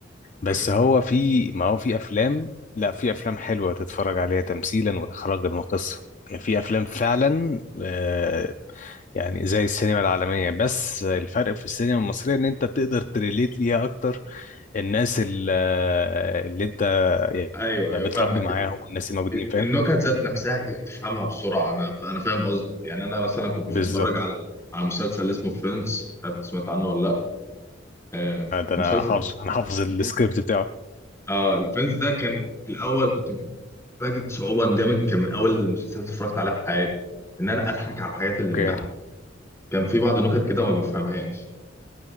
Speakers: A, on the left; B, on the left.
A: بس
B: <laughs>
A: هو في ما هو في افلام لا في افلام حلوه تتفرج عليها تمثيلا واخراجا وقصه يعني في افلام فعلا آه، يعني زي السينما العالميه بس الفرق في السينما المصريه ان انت بتقدر تريليت ليها اكتر الناس ال- آه، اللي انت
B: ايوه
A: يعني
B: ايوه
A: بتربي
B: فاهمك
A: معاهم والناس الموجودين فاهم
B: النكت ذات نفسها ت- تفهمها بسرعه انا ف- انا فاهم قصدك يعني انا مثلا كنت
A: بالظبط
B: بتفرج على على مسلسل اسمه فريندز عارف انت سمعت عنه ولا لا آه
A: آه، ده
B: مسلسل
A: انا حافظ انا حافظ السكريبت بتاعه
B: اه الفريندز ده كان في الاول كنت بجد صعوبه إن ده من كان من اول المسلسلات اللي اتفرجت عليها في حياتي ان انا اضحك على الحاجات اللي
A: اوكي
B: بتضحك كان في بعض النكت كده ما بفهمهاش